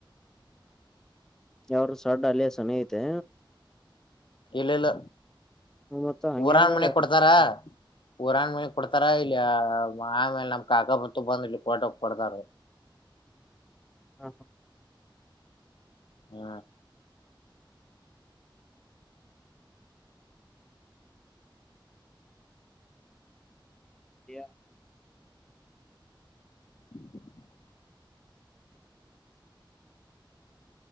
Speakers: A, in the centre; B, on the left.
A: ಯಾರ್ ಸಡ್ ಅಲ್ಲಿಯ ಸನ ಐತೆ
B: ಇಲ್ಲ ಇಲ್ಲ
A: ಮತ್ತ ಹಂಗ್ಯಾಂಗದ
B: ಊರಾನ್ ಮನೆ ಕೊಡ್ತಾರ ಪುರಾನ್ ಮನೆ ಕೊಡ್ತಾರ ಇಲ್ಲಿ ಆಮೇಲೆ ನಮ್ ಕಾಕ ಬತು ಬಂದ್ ಇ ಕೊಟ ಕೊಡ್ತಾರ
A: ಹಾ ಹಾ
B: ಹೂ
A: ಯ
B: <inaudible>